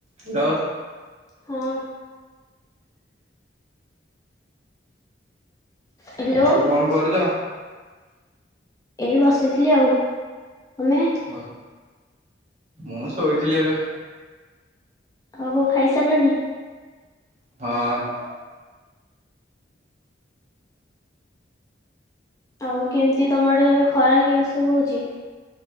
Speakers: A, on the right; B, on the left.
A: Hello.
B: ହଁ। Hello.
A: ଆଉ କଣ କରୁଛ?
B: ଏ ବସିଥିଲି ଆଉ ତମେ।
A: ଓ ମୁଁ ଶୋଇଥିଲି ଏବେ।
B: ଆଉ କଁ ଖାଇ ସାଇଲଣି।
A: ହଁ।
B: ଆଉ କେମ୍ତି ତମ ଆଡ଼େ ଖରା କେମ୍ତି ସବୁ ହଉଚି?